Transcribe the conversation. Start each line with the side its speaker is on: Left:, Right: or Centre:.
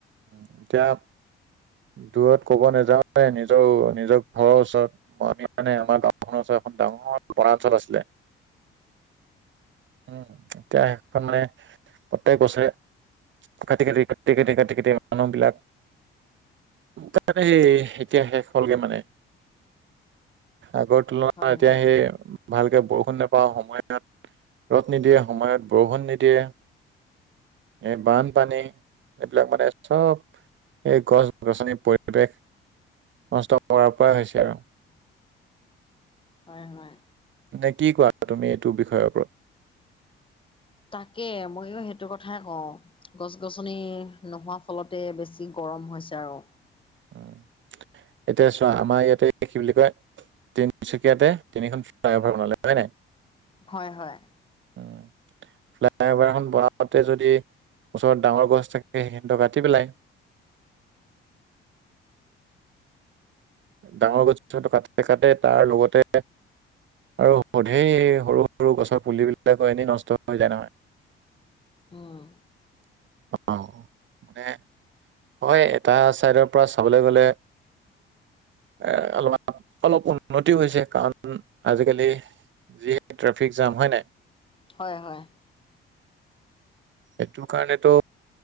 Right: <unintelligible> দূৰত ক'ব নেযাওঁ নিজৰ- নিজৰ ঘৰৰ ওচৰত আমি মানে আমাৰ গাওখনৰ ওচৰত এখন ডাঙৰ বনাঞ্চল আছিলে
Left: <inaudible>
Right: উম, এতিয়া সেইখন মানে প্ৰতেক বছৰে কাটি -কাটি -কাটি - কাটি - কাটি - কাটি মানুহ বিলাক তাত হে এতিয়া শেষ হ'লগে মানে। আগৰ তুলনাত
Left: হয়
Right: এতিয়া
Left: হয়
Right: সেই ভালকে বৰষুণ নেপাওঁ সময়ত। ৰ'দ নিদিয়ে সময়ত বৰষুণ নিদিয়ে। এই বানপানী এইবিলাক মানে চব এই গছ গছনিৰ পৰিৱেশ নষ্ট কৰাৰ পৰাই হৈছে আৰু।
Left: হয় হয়।
Right: নে কি কোৱা তুমি এইটো বিষয়ৰ ওপৰত?
Left: তাকে ময়ো সেইটো কথাই কওঁ গছ-গছনি নোহোৱা ফলতে বেছি গ গৰম হৈছে আৰু।
Right: উম, এতিয়া চোৱা আমাৰ ইয়াতে কি বুলি কয় তিনচুকীয়াতে তিনিখন ফ্লায় অভাৰ বনালে হৈ নাই?
Left: হয় হয়
Right: উম, ফ্লায় অভাৰ খন বনাও তে যদি ওচৰত ডাঙৰ গছ থাকে সেইখিনিতো কাটি পেলাই।
Left: <inaudible>
Right: ডাঙৰ গছ কাটে কাটে তাৰ লগতে আৰু ধেৰ সৰু সৰু গছৰ পুলিবিলাকো এনেই নষ্ট হৈ যায় নহয়।
Left: উম
Right: অ' মানে হয় এটা চাইডৰ পৰা চাবলে গলে এ অলপ অলপ উন্নতি হৈছে কাৰণ আজিকালি যিহে ট্ৰাফিক জাম হয় নাই?
Left: হয় হয়।
Right: এইটো কাৰণেতো